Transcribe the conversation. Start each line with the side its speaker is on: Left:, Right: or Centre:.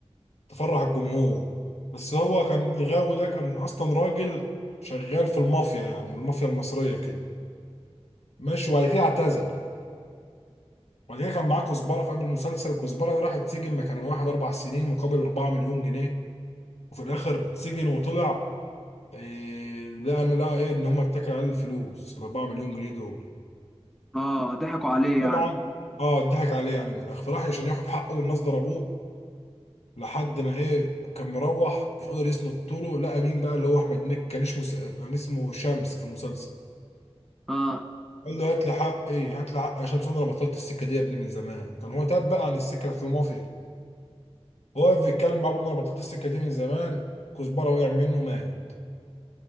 Left: تفرح الجمهور بس هو كان الغاوي ده كان اصلا راجل شغال في المافيا يعني المافيا المصريه كده ماشي وبعد كده اعتزل وبعد كده كان معاه كزبره في قلب المسلسل كزبره ده راح اتسجن مكان واحد اربع سنين مقابل 4 مليون جنيه وفي الاخر اتسجن وطلع إيه لا انا لا ايه ان هم اتكلوا على الفلوس ال 4 مليون جنيه دول
Centre: اه ضحكوا عليه يعني
Left: طبعا اه اتضحك عليه يعني من الاخر فراح عشان ياخد حقه والناس ضربوه لحد ما ايه كان مروح مش قادر يسند طوله لقى مين بقى اللي هو احمد نك كان اسمه س- كان اسمه شمس في المسلسل
Centre: اه
Left: قال له هات لي حق ايه هات لي حق يا شمس انا بطلت السكه دي يا ابني من زمان كان هو تاب بقى عن السكه بتاعت المافيا هو واقف بيتكلم مع ابوه انا بطلت السكه دي من زمان كزبره وقع منه مات